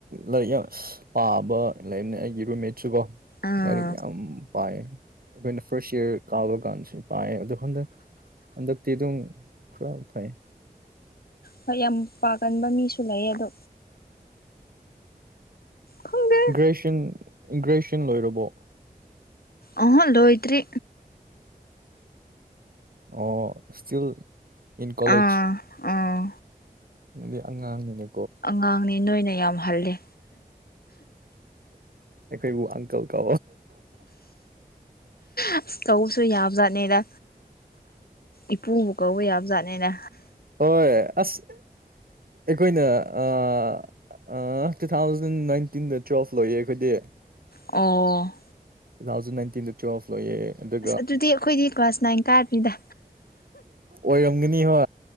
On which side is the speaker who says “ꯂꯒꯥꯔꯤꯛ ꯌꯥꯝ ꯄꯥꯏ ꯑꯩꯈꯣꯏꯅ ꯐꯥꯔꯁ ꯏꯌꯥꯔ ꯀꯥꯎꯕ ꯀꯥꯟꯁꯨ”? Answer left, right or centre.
Right